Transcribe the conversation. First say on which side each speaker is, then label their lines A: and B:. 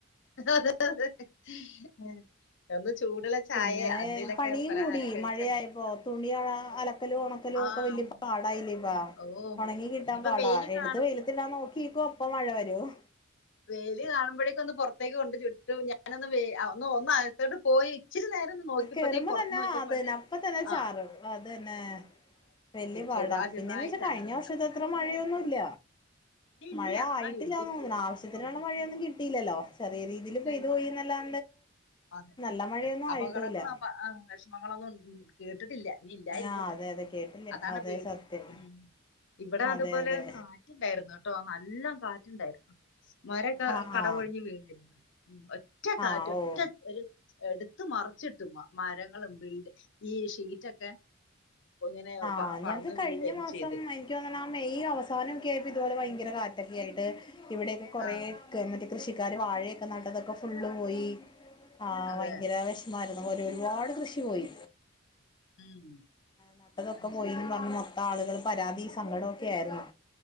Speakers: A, on the left; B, on the left.
A: <unintelligible> <unintelligible>
B: പിന്നെ
A: എന്തേലൊക്കെ
B: പണിയും
A: പലഹാരം
B: കൂടി
A: കഴിച്ച്
B: മഴയായപ്പോ
A: അങ്ങനെ കിടക്കാം
B: തുണി അലക്കലും ഒണക്കലോക്കെ
A: ആ
B: വലിയ
A: ഉം.
B: പാടായില്ലേ ഇപ്പാ
A: ഓ
B: ഒണങ്ങി കിട്ടാൻ
A: ഇനിയിപ്പോ
B: പാടാ
A: വെയില്
B: എടുത്ത്
A: കാണും
B: വെയിലത്തിടാ നോക്കിക്കും അപ്പ മഴ വരും
A: വെയില് കാണുമ്പോഴേക്ക് ഒന്ന് പൊറത്തേക്ക് കൊണ്ട് ചുട്ടു ഞാനൊന്ന് വെയ് അ ഒന്നകത്തോട്ട് പോയി ഇച്ചിരി നേര ഒന്ന് നോക്കിയപ്പോത്തേ
B: കേറുമ്പോ
A: പൊറത്ത്
B: തന്നെ
A: നോക്കിയപ്പണ്ട്
B: അതന്നെ അപ്പ തന്നെ
A: ആഹ്
B: ചാറും അതന്നെ വല്യ പാടാ
A: ചെറുതാ ചെറുതായി
B: പിന്നെന്ന് വച്ചാ
A: ചന്നമിന്നം
B: കഴിഞ്ഞ വർഷത്തെ
A: പെയ്തു
B: അത്ര മഴയൊന്നുംല്ല
A: ഇല്ല ഇല്ല
B: മഴ ആയിട്ടില്ല
A: ആ ഇടിക്കൊക്കെ
B: തോന്നണു ആവശ്യത്തിനുള്ള
A: കുറവുണ്ട്
B: മഴയൊന്നും കിട്ടിലല്ലോ ചെറിയ രീതിയിൽ പെയ്ത്
A: ഇല്ലല്ല
B: പോയിന്നല്ലാ
A: അതെ
B: നല്ല മഴയൊന്നും
A: അതെ അപകടങ്ങളും
B: ആയിട്ടൂല്ല
A: അപ <unintelligible> കേട്ടിട്ടില്ല ഇനി ഇല്ലാ ഇരിക്കട്ടെ
B: ആ അതെ അതെ കേട്ടില്ല
A: അതാണ്
B: അതെ
A: പേടി
B: സത്യം
A: ഉം ഇവിടെ
B: അതെ
A: അതുപോലെ
B: അതെ
A: കാറ്റ്ണ്ടായിരുന്നു ട്ടോ നല്ല കാറ്റുണ്ടായിരുന്നു മരക്കെ
B: ആ
A: കടപൊഴിഞ്ഞ്
B: ആ
A: വീണരുന്നു ഒറ്റ കാറ്റ്
B: ആഹ്
A: ഒറ്റ
B: ഓ
A: എടുത്ത് മറിച്ചിട്ട് മരങ്ങളും ബിൽ ഈ ഷീറ്റൊക്കെ ഇങ്ങനെ
B: ആഹ്
A: പറന്ന്
B: ഞങ്ങക്ക് കഴിഞ്ഞ
A: വീഴയൊക്കെ
B: മാസം
A: ചെയ്ത്
B: എനിക്ക് തോന്നണ ആ മെയ് അവസാന ഒക്കെ ആയിപ്പൊ ഇതുപോലെ ഭയങ്കര കാറ്റൊക്കെ ആയിട്ട് ഇവിടെയൊക്കെ കൊറേ
A: ആഹ്
B: മറ്റേ കൃഷിക്കാര് വാഴയൊക്കെ നട്ടതൊക്കെ ഫുള്ള് പോയി ആഹ്
A: അതെ
B: ഭയങ്കര വിഷ <unintelligible> ഒരുപാട് കൃഷി പോയി
A: ഉം
B: നട്ടതൊക്കെ
A: അത്
B: പോയിന്ന്
A: ശരി
B: പറഞ്ഞ് മൊത്തം ആളുകൾ
A: അതെ
B: പരാതി സങ്കടൊക്കെ ആയിരുന്നു